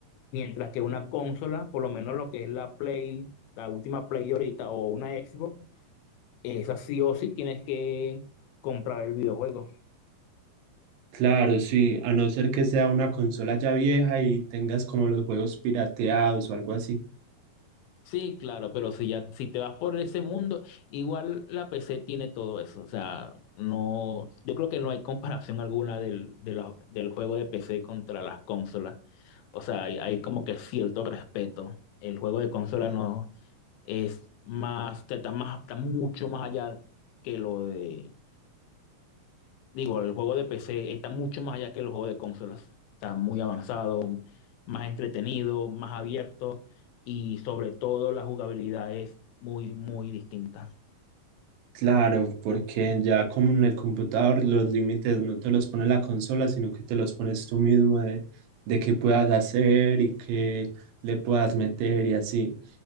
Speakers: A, on the left; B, on the right.
A: Mientras que una consola, por lo menos lo que es la Play, la última Play ahorita o una Xbox, esa sí o sí tienes que comprar el videojuego.
B: Claro, sí, a no ser que sea una consola ya vieja y tengas como los juegos pirateados o algo así.
A: Sí, claro, pero si ya, si te vas por ese mundo, igual la PC tiene todo eso. O sea, no, yo creo que no hay comparación alguna del, de los- del juego de PC contra las consolas. O sea, hay, hay como que cierto respeto. El juego de consola no es más, está más, está mucho más allá que lo de Digo, el juego de PC está mucho más allá que los juegos de consolas. Está muy avanzado, más entretenido, más abierto y sobre todo la jugabilidad es muy, muy distinta.
B: Claro, porque ya como en el computador los límites no te los pone la consola, sino que te los pones tú mismo de, de qué puedas hacer y qué le puedas meter y así.